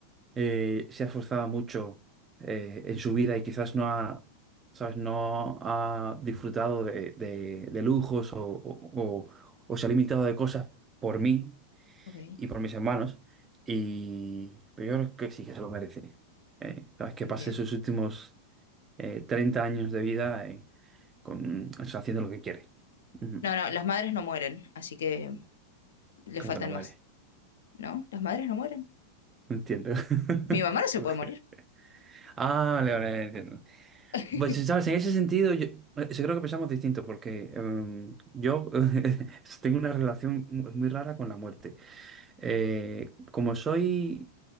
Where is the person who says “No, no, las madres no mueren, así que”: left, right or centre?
Left